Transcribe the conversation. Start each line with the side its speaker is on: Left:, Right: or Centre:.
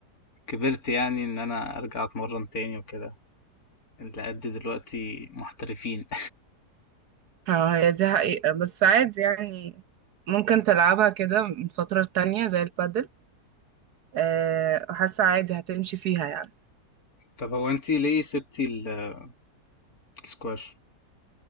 Left: كبرت يعني ان انا ارجع اتمرن تاني وكده اللي قد دلوقتي محترفين <laughs>
Right: اه هي دي حقيقة بس عادي يعني ممكن تلعبها كده من فترة تانية زي البادل آه، حاسة عادي هتمشي فيها يعني
Left: طب هو انتي ليه سبتي ال- السكواش